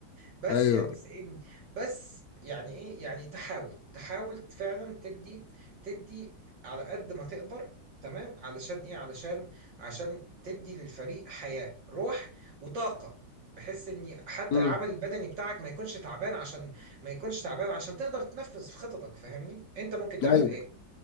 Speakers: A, on the right; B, on the left.
A: بس
B: ايوه
A: يا بص ايه بس يعني ايه يعني تحاول تحاول فعلا تدي تدي على قد ما تقدر تمام علشان ايه علشان عشان تدي للفريق حياة روح وطاقة بحيث ان حتى
B: امم
A: العمل البدني بتاعك ما يكونش تعبان عشان ما يكونش تعبان عشان تقدر تنفذ في خططك فاهمني انت ممكن تعمل
B: ايوه
A: ايه